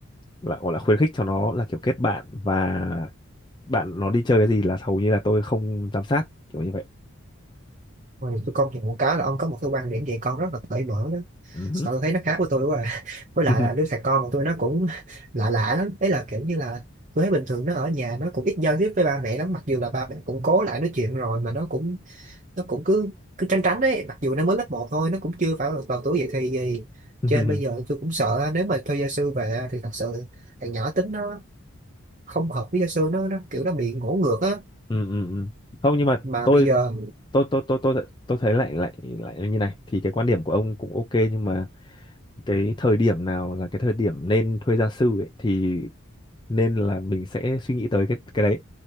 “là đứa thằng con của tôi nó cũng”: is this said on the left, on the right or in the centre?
Right